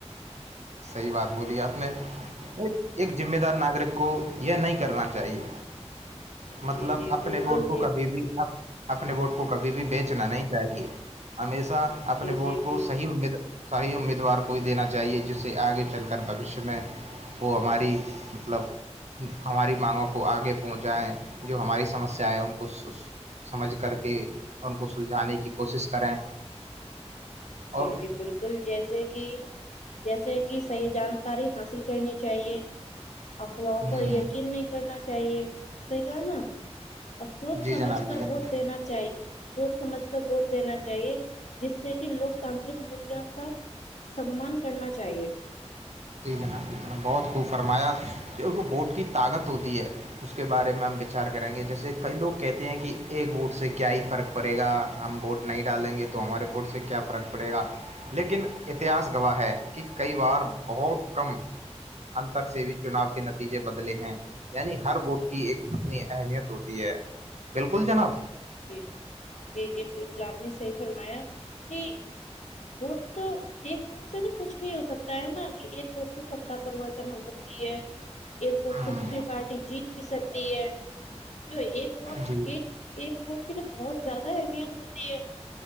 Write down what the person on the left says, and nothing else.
جی
جی
بالکل
جی
جی
جی
بالکل
جی
جی بالکل جیسے کہ جیسے کہ صحیح جانکاری حاصل کرنی چاہیے افواہوں
پر کن نہیں کرنا چاہیے سے گا نا اور سوچ
سمجھ
کر
ووٹ دینا چاہیے سوچ سمجھ کر ووٹ دینا چاہیے جس سے کہ لوک تانترک مولوں کا سمان کرنا چاہیے
جی جی جی بالکل آپ نے صحیح فرمایا کہ وٹ تو ایک م سے تو کچھ بھی ہو سکتا ہے نا کہ ایک روپ سے ستا پرریوورتن ہو سکتی ہے ایک وت
سے دوسری پارٹی جیت بھی سکتی ہے تو ایک وٹ
ایک ایک ووٹ کی تو بہت زیادہ اہمیت ہوتی ہے